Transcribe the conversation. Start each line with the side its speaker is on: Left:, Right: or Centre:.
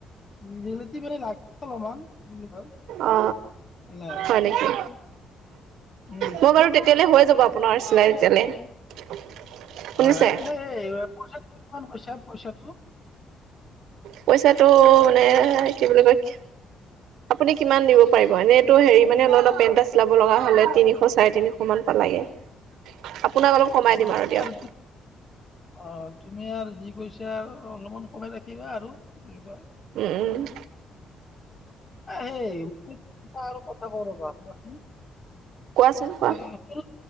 Left: জিলট মানে লাগে অলপমান কি বুলি কয়, <unintelligible>
Right: অ
Left: নাই
Right: হয় নেকি
Left: উম
Right: মই বাৰু তে তেতিয়ালৈ হৈ যাব আপোনাৰ চিলাই তেতিয়ালৈ শুনিছে?
Left: হয় হয় এ এই পি মান কৈচা পইছাতো! <unintelligible>
Right: পইচাটো মানে কি বুলি কয়, আপুনি কিমান দিব পাৰিব এনেইটো হেৰি মানে অল অলপ পেন এটা চিলাব লগা হলে তিনিশ চাৰে তিনিশ মান পালাগে আপোনাক অলপ কমাই
Left: হ'ব
Right: দিম
Left: দিয়া
Right: আৰু দিয়ক,
Left: তু অ' তুমি আৰু যি কৈছা আৰু অলপমান কমাই ৰাখিবা আৰু কি বুলি কয়,
Right: উম উম
Left: সেই আৰু কথা ক'ও ৰ'বা, সৰু
Right: কোৱাচোন কোৱা?